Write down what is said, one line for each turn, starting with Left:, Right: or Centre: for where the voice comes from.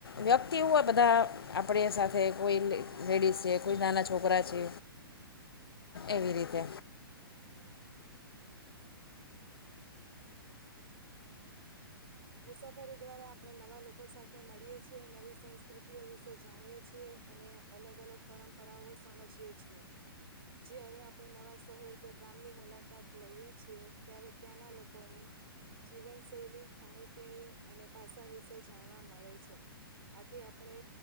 Left: વ્યક્તિ હોય બધા આપણી સાથે કોઈ લેડીઝ છે કોઈ નાના છોકરા છે એવી રીતે.
Right: હા. મુસાફરી દ્વારા આપણે નવા લોકો સાથે મળીએ છીએ, નવી સંસ્કૃતિઓ વિશે જાણીએ છીએ અને અલગ અલગ પરંપરાઓ સમજીએ છીએ જ્યારે આપણે નવા શહેર કે ગામની મુલાકાત લઈએ છીએ ત્યારે ત્યાંના લોકોની જીવનશૈલી ખાણી પીણી અને ભાષા વિશે જાણવા મળે છે આથી આપણે